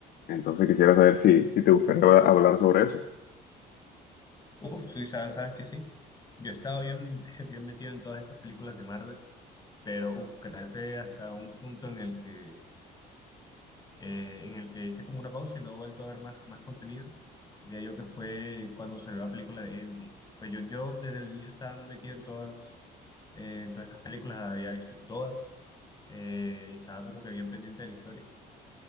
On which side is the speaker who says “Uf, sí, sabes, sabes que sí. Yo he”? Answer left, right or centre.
Left